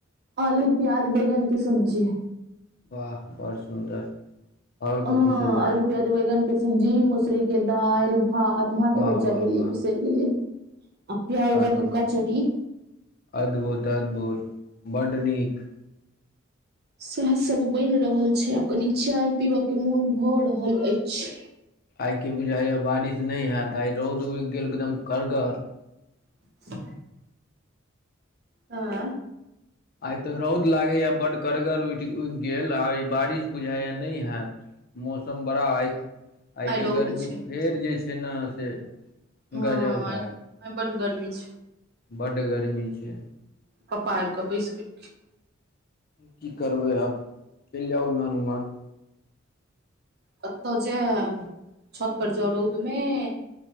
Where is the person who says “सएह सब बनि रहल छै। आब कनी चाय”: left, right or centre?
Right